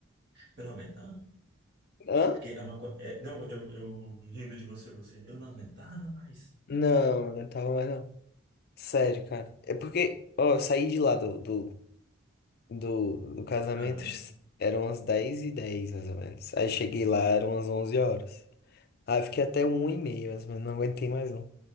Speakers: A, on the right; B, on the left.
A: Eu não aguentava,
B: Hã?
A: porque é uma coisa, não, eu, eu rindo de você, você, eu não aguentava mais.
B: Não, eu não aguentava mais não. Sério, cara. É porque, ó, eu saí de lá do, do, do, do casamento,
A: Casamento?
B: eram umas 10 e 10 mais ou menos. Aí cheguei lá, eram umas 11 horas. Aí eu fiquei até 1 e meia, mas não aguentei mais não.